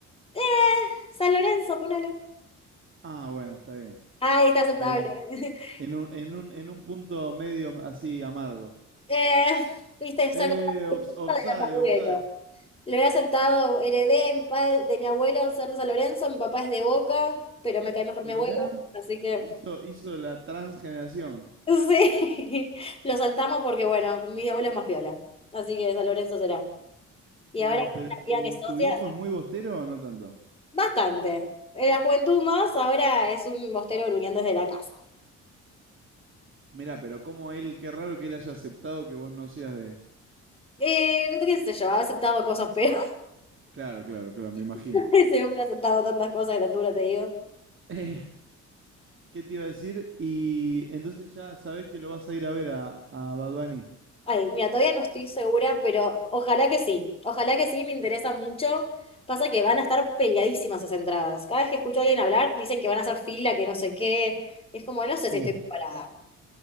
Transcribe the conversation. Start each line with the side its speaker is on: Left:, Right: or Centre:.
Left: Eh, San Lorenzo, ponele.
Right: Ah, bueno, está bien.
Left: Ah, está aceptable.
Right: Ahí.
Left: <laughs>
Right: En un, en un, en un punto medio así amargo.
Left: Eh, viste, es
Right: Eh,
Left: algo
Right: ops-
Left: de
Right: offside,
Left: los abuelos.
Right: offside.
Left: Lo he aceptado, heredé de mi padre, de mi abuelo ser de San Lorenzo, mi papá es de Boca, pero me cae mejor
Right: Mirá,
Left: mi abuelo, así que
Right: hizo, hizo la transgeneración.
Left: sí, <laughs> lo saltamos porque bueno, mi abuelo es más piola, así que San Lorenzo será. Y
Right: Pero,
Left: ahora
Right: pero
Left: es una
Right: ¿tu,
Left: vida que es socia,
Right: tu viejo es muy bostero o no tanto?
Left: bastante. En la juventud más, ahora es un bostero gruñando desde la casa.
Right: Mirá, pero como él, qué raro que él haya aceptado que vos no seas de...
Left: Eh, qué sé yo, ha aceptado cosas peores.
Right: Claro, claro, claro, me imagino.
Left: <laughs> Ese hombre ha aceptado tantas cosas de la altura, te digo.
Right: Eh, ¿qué te iba a decir? Y entonces ya sabés que lo vas a ir a ver a, a Bad Bunny.
Left: Ay, mira, todavía no estoy segura, pero ojalá que sí. Ojalá que sí, me interesa mucho. Pasa que van a estar peleadísimas esas entradas. Cada vez que escucho a alguien hablar, dicen que van a hacer fila, que no sé qué. Es como, no sé si
Right: Uh,
Left: estoy preparada.